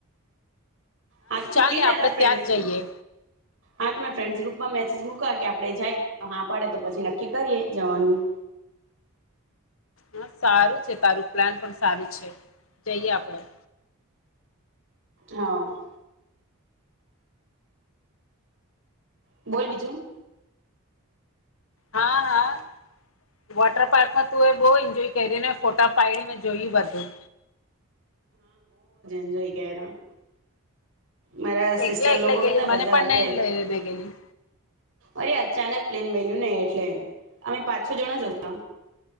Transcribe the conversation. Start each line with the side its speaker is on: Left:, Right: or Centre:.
Right: હા તો તું
Left: ચાલ
Right: ક
Left: ને
Right: તરા
Left: આપડે
Right: ફ્રેન્ડસને
Left: ત્યાં જ જઈએ
Right: હા તો મે ફ્રેન્ડસ ગ્રુપમાં મેસેજ મુક કે આપડણે જાય હા પડે તો પછી નક્કી કરીએ જવાનું.
Left: હા સારું છે તારું પ્લાન પણ સારું છે જઈએ આપણેે.
Right: હા <unintelligible> બોલ બીજું?
Left: હા હા વોટર પાર્કમાં તું એ બહ એન્જોય કરીને ફોટા પાડી મે જોયું બધું.
Right: ન્જોય ગ <unintelligible> મારા સિસ્ટર
Left: એકલા એકલા
Right: લોકો
Left: ગેલી
Right: હતા બધા
Left: મને પણ
Right: હતા.
Left: નહી લઈને ગેલી
Right: અરે અચાનક પ્લેન બેલ્યું ને એટલે અમે પાંચ છો જણા જઉ ત.